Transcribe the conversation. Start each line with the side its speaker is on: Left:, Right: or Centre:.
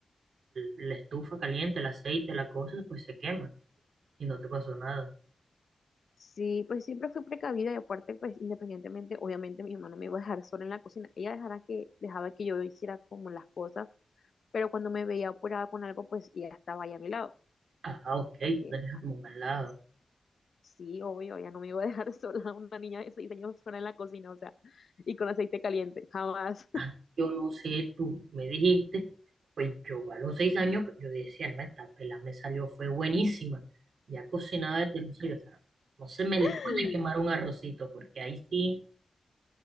Right: la estufa caliente, el aceite, la cosa, pues se quema y no te pasó nada.
Left: Sí, pues siempre fui precavida y aparte, pues independientemente, obviamente mi mamá no me iba a dejar sola en la cocina. Ella dejara que, dejaba que yo hiciera como las cosas, pero cuando me veía apurada con algo, pues ella estaba ahí a mi lado,
Right: Ah, ok, tú
Left: porque
Right: tenés a tu mamá al lado.
Left: Sí, obvio, ya no me iba a dejar <laughs> sola una niña de seis años sola en la cocina, o sea, y con aceite caliente, jamás.
Right: Ah, yo no sé, tú me dijiste, pues yo a los seis años, pues, yo decía, no, esta pela me salió, fue buenísima. Ya cocinaba desde los seis, o sea, no se me le
Left: <laughs>
Right: puede quemar un arrocito, porque ahí sí